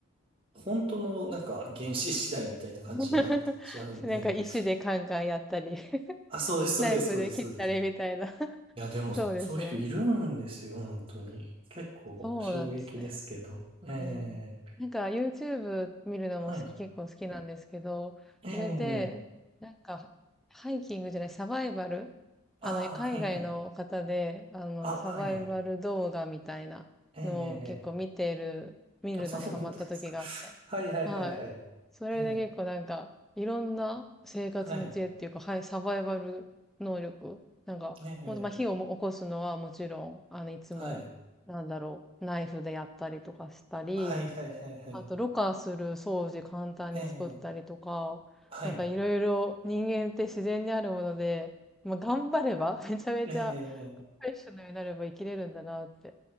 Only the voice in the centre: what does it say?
<laughs> なんか石でカンカンやったり、<laughs>
ナイフで切ったりみたいな。
<laughs>
そうですね。
そうなんですね。
えーなんか
YouTube 見るのも好き、
結構好きなんですけど、
それで、なんか、ハイキングじゃない、サバイバルあの、
海外の方で、
あの、
サバイバル動画みたいなのを結構見てる、
見るのにハマった時があって。
はい。それで結構なんか、
いろんな生活の知恵っていうか、
はい、サバイバル能力。なんか、
もっとまあ火をも起こすのはもちろん、あの、いつもなんだろう、
ナイフでやったりとかしたり、
あと、ろ過する掃除簡単に作ったりとか、
なんかいろいろ人間って自然にあるもので、まあ、頑張れば、<laughs> めちゃめちゃプロフェッショナルになれば生きれるんだなって